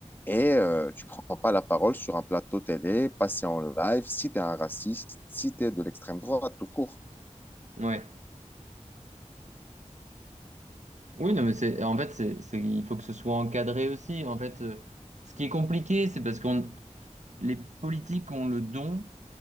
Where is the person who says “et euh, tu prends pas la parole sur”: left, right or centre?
Left